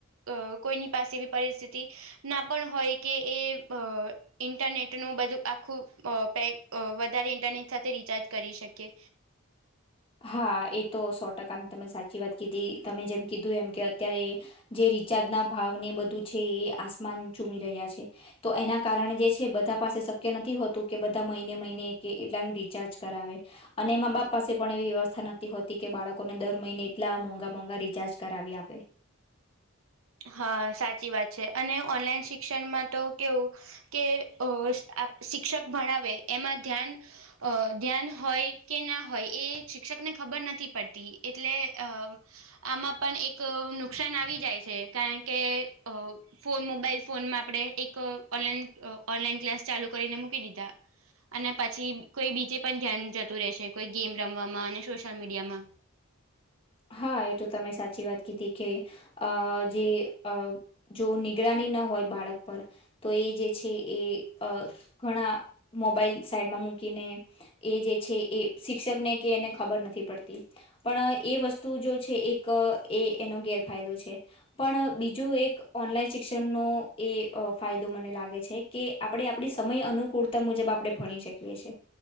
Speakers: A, on the right; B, on the left.
A: અ કોઈની પાસે પરિસ્થિતિ ના પણ હોય કે એ <unintelligible> ઇન્ટરનેટનું બધું આખું પે વધારે ઇન્ટરનેટ સાથે રિચાર્જ કરી શકીએ.
B: હા એ તો સો ટકાની તમે સાચી વાત કીધી તમે જેમ કીધું એમ કે અત્યારે. જે રિચાર્જ ના ભાવને બધું છે, એ આસમાન ચૂમી રહ્યા છે. તો એના કારણે જે છે, બધા પાસે શક્ય નથી હોતું કે બધા મહિને મહિને કે એટલાનું રચાર્જ કરાવે અને એમાં બાપ પાસે. પણ એવી વ્યવસ્થા નથી હોતી કે બાળકોને દર મહિને એટલા મોંઘા મોંઘા રિચાર્જ કરાવી આપે.
A: હા સાચી વાત છે, અને ઓનલાઈન શિક્ષણમાં તો કેવું. કે અ શિક્ષક ભણાવે એમાં ધ્યાન. અ ધ્યાન હોય કે ના હોય એ શિક્ષકને ખબર નથી પડતી એટલે અ. આમાં પણ એક નુકસાન આવી જાય છે. કારણ કે ફોન મોબાઈલ ફોનમાં આપણે એક ઓનલાઈન. ઓનલાઈન ક્લાસ ચાલુ કરીને મૂકી દીધા. અને પછી કોઈ બીજે પણ ધ્યાન જતું રહે છે, કોઈ ગેમ રમવામાં અને સોશિયલ મીડિયામાં.
B: હા એ તો તમે સાચી વાત કીધી કે અ જે અ. જો નિગરાની ન હોય બાળક પર. તો એ જે છે, એ ઘણા મોબાઈલ સાઈડમાં મૂકીને. એ જે છે, એ શિક્ષકને કે એને ખબર નથી પડતી પણ. એ વસ્તુ જો છે, એક એ એનો ગેરફાયદો છે. પણ બીજો એક ઓનલાઈન શિક્ષણનોો એ ફાયદો મને લાગે છે. કે આપણે આપણી સમય અનુકૂળતા મુજબ આપણે ભણી શકીએ છી.